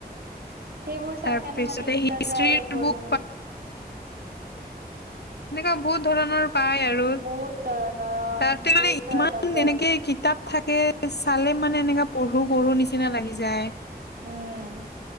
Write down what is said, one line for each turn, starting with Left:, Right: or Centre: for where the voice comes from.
Right: সেইবোৰ চাই
Left: তাৰপিছতে
Right: কাণে মানে ইচ্ছা
Left: হিষ্ট্ৰীৰ
Right: যায় আৰু পঢ়িব
Left: বুক
Right: অ।,
Left: সেনেকা বহুত ধৰণৰ পায় আৰু
Right: বহুত ধৰণৰ অ
Left: তাতে
Right: বহুত
Left: মানে
Right: ধৰণৰ
Left: ইমান
Right: পায়
Left: এনেকে কিতাপ থাকে চালে মানে এনেকা পঢ়ো পঢ়ো নিচিনা লাগি যায়।
Right: উম।